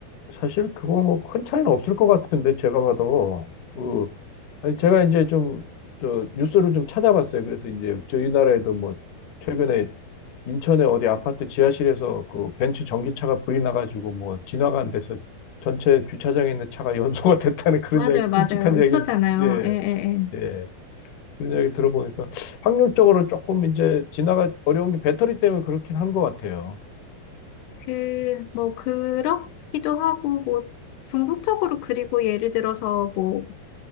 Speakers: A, on the left; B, on the left.
A: 사실 그거 뭐 큰 차이는 없을 것 같은데 제가 봐도 그 아니 제가 이제 좀 저 뉴스를 좀 찾아봤어요. 그래서 이제 저희 나라에도 뭐 최근에 인천의 어디 아파트 지하실에서 그 벤츠 전기차가 불이 나가지고 뭐 진화가 안 돼서 전체 주차장에 있는 차가 <laughs> 연소가 됐다는 그런
B: 맞아요,
A: 이야기,
B: 맞아요.
A: 끔찍한
B: 있었잖아요.
A: 이야기를 듣- 예,
B: 예, 예, 예.
A: 예. 그런 이야기 들어보니까 확률적으로 조금 이제 진화가 어려운 게 배터리 때문에 그렇긴 한 것 같아요.
B: 그, 뭐, 그렇기도 하고, 뭐, 궁극적으로 그리고 예를 들어서 뭐,